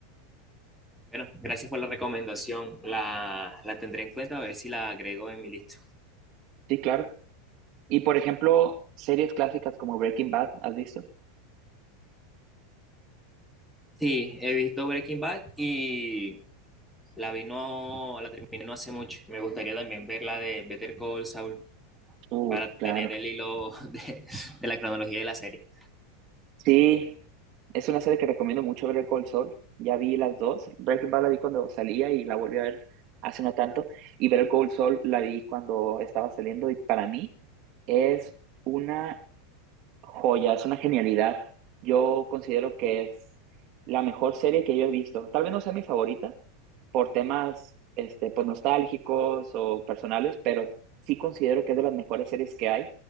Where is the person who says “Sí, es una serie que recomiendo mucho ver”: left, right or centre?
Right